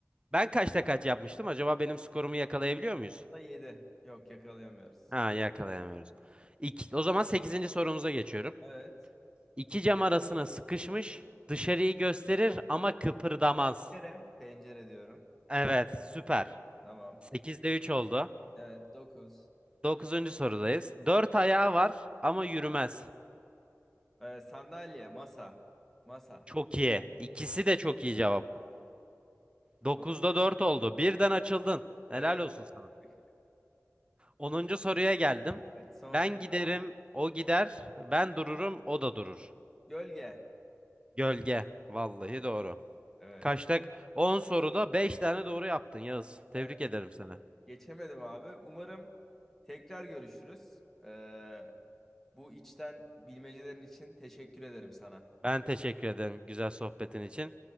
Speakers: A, on the right (about 20°); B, in the centre.
A: Ben kaçta kaç yapmıştım? Acaba benim skorumu yakalayabiliyor muyuz?
B: Onda yedi. Yok yakalayamıyoruz.
A: Ha yakalayamıyoruz. İki, o zaman sekizinci sorumuza geçiyorum.
B: Evet.
A: İki cam arasına sıkışmış dışarıyı gösterir ama kıpırdamaz.
B: Pencere. Pencere diyorum.
A: Evet süper.
B: Tamam.
A: 8'de 3 oldu.
B: Evet dokuz.
A: Dokuzuncu sorudayız. Dört ayağı var ama yürümez.
B: E, sandalye. Masa. Masa.
A: Çok iyi. İkisi de çok iyi cevap. Dokuzda
B: Doğru mu?
A: dört oldu. Birden açıldın. Helal
B: Evet.
A: olsun sana.
B: <laughs>
A: Onuncu soruya geldim.
B: Evet son
A: Ben
B: soru.
A: giderim, o gider. Ben dururum, o da durur.
B: Gölge.
A: Gölge. Vallahi doğru.
B: Evet.
A: Kaçta? On soruda beş tane doğru yaptın Yağız. Tebrik
B: Evet.
A: ederim seni.
B: Geçemedim abi. Umarım tekrar görüşürüz. Ee, bu içten bilmecelerin için teşekkür ederim sana.
A: Ben teşekkür ederim güzel sohbetin için.